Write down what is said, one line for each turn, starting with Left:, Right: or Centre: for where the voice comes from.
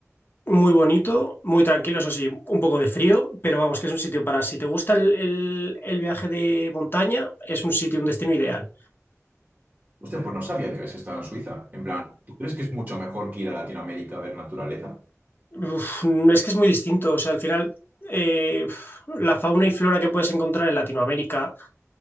Left: Muy bonito, muy tranquilo, eso sí, un poco de frío, pero vamos, que es un sitio para si te gusta el, el- el viaje de montaña, es un sitio, un destino ideal.
Right: usted pues no sabía que habías estado en Suiza. En plan, ¿tú crees que es mucho mejor que ir a Latinoamérica a ver naturaleza?
Left: Uf, no, es que es muy distinto, o sea, al final eh, la fauna y flora que puedes encontrar en Latinoamérica,